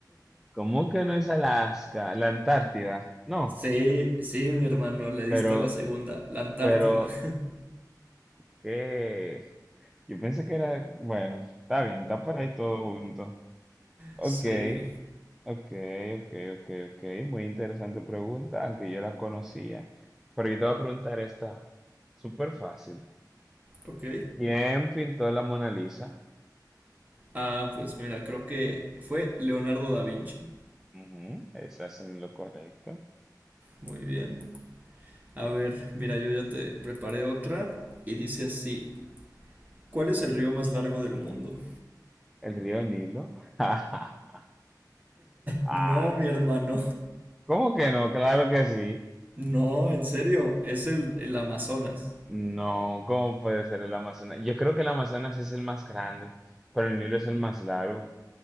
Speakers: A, in the centre; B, on the right.
A: ¿Cómo que no es Alaska? La Antártida. No,
B: Sí, sí, mi hermano, le
A: pero,
B: diste a la segunda, la Antártida.
A: pero,
B: <laughs>
A: ¿qué? Yo pensé que era, bueno, está bien, está por ahí todo junto. Ok,
B: Sí,
A: ok, ok, ok, ok. Muy interesante pregunta, aunque yo la conocía. Pero yo te voy a preguntar esta, súper fácil.
B: ok.
A: ¿Quién pintó la Mona Lisa?
B: Ah, pues mira, creo que fue Leonardo da Vinci.
A: Ujú, estás en lo correcto.
B: Muy bien. A ver, mira, yo ya te preparé otra y dice así, ¿cuál es el río más largo del mundo?
A: El río Nilo. <laughs> Ah,
B: No, mi hermano.
A: ¿cómo que no? Claro que sí.
B: No, en serio, es el, el Amazonas.
A: No, ¿cómo puede ser el Amazonas? Yo creo que el Amazonas es el más grande, pero el Nilo es el más largo.